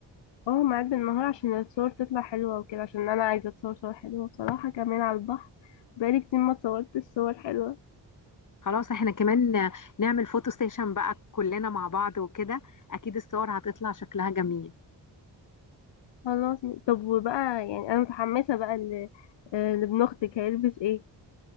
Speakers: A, on the left; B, on the left.
A: اه معاد بالنهار عشان الصور تطلع حلوة وكده عشان أنا عايزة أتصور صور حلوة بصراحة كمان على البحر بقالي كتير ما اتصورتش صور حلوة
B: خلاص احنا كمان آه، نعمل فوتو ستيشن بقى كلنا مع بعض وكده اكيد الصور هتطلع شكلها جميل
A: خلاص طب وبقى يعني أنا متحمسة بقى ل- آه، لابن أختك هيلبس ايه